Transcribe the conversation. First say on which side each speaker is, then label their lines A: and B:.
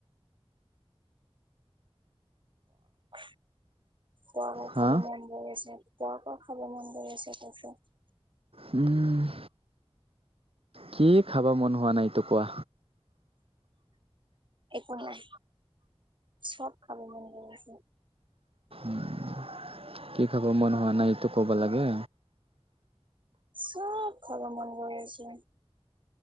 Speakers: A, on the right; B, on the right.
A: <inaudible> অ' অ' খাব
B: হা
A: মন গৈ আছে <inaudible> চাহটো খাব মন গৈ আছে তাতে।
B: উম' কি খাব মন হোৱা নাই, এইটো কোৱা?
A: একো নাই, চব খাব মন গৈ আছে।
B: উম' কি খাবৰ মন হোৱা নাই, এইটো ক'ব লাগে।
A: চব খাব মন গৈ আছে।